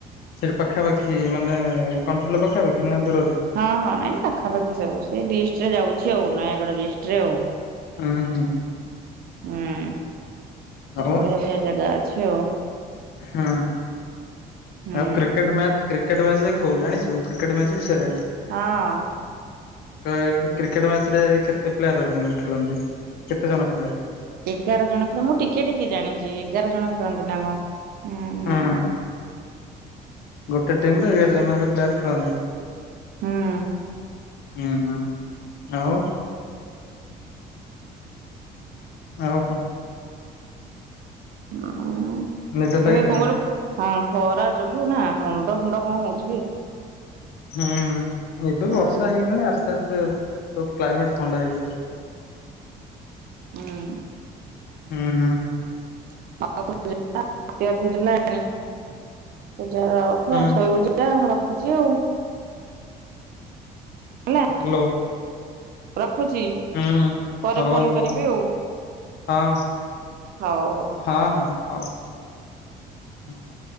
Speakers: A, on the left (about 70°); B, on the right (about 60°).
A: ସେଠି ପାଖାପାଖି ମାନେ କଣ୍ଟ୍ରୋଲୋ ପାଖାପାଖି ନା ଦୂରରେ?
B: ହଁ ହଁ ନାଇଁ ପାଖାପାଖି ସବୁ ସେ ଡିଷ୍ଟିରେ ଯାଉଛି ଆଉ ନୟାଗଡ ଡିଷ୍ଟିରେ ଆଉ।
A: ହୁଁ ହୁଁ।
B: ହୁଁ। ସେଠୁ
A: ଆଉ
B: ବଢିଆ ବଢିଆ ଜାଗା ଅଛି ଆଉ।
A: ହୁଁ।
B: ହୁଁ
A: ଆଉ କ୍ରି କ୍ରିକେଟେ ମ୍ୟାଚ କ୍ରିକେଟେ ମ୍ୟାଚ ଦେଖୁ ଜାଣିଛୁ କ୍ରିକେଟ୍ ମ୍ୟାଚ ବିଷୟରେ।
B: ହଁ।
A: କୁ କ୍ରିକେଟ ମ୍ୟାଚରେ କେତେ ପ୍ଲେୟାର ଖେଳନ୍ତି? କେତେ ଜଣ ପ୍ରାୟ?
B: ଏଗାର ଜଣ ଖେଳୁ। ମୁଁ ଟିକେ ଟିକେ ଜାଣିଛି ଏଗାର ଜଣ ଖେଳନ୍ତି ନା କଣ? ହୁଁ ହୁଁ
A: ହଁ। ଗୋଟେ ଟିମ ରେ ଏଗାର ଜଣ ପ୍ଲେୟାର ଖେଳନ୍ତି।
B: ହୁଁ।
A: ହୁଁ ହଁ ଆଉ ଆଉ କଣ
B: <unintelligible>
A: ନିଦ ଲାଗିଲାଣି?
B: ବେ କଣ କରିଲୁ। ହଁ ଖରା ଯୋଗୁ ନା ମୁଣ୍ଡ ଫୁଣ୍ଡ କଣ ହଉଛି?
A: ହୁଁ ଏବେ ବି
B: ହଁ
A: ବର୍ଷା ହେଇଗଲାଣି ଆସ୍ତେ ଆସ୍ତେ ସବୁ କ୍ଲାଇମେଟ ଥଣ୍ଡା ହେଇଯାଉ।
B: ହୁଁ।
A: ହୁଁ ହଁ।
B: <unintelligible> ରଖ
A: ହୁଁ
B: ଶୋଇବୁ ଜା ଯ ରଖୁଛି ଆଉ। ହେଲା
A: ହ୍ୟାଲୋ।
B: ରଖୁଛି
A: ହୁଁ
B: ପରେ
A: ହଉ
B: ଫୋନ କରିବି ଆଉ।
A: ହଁ
B: ହଉ ହଉ।
A: ହଁ ହଁ ହଉ ହ।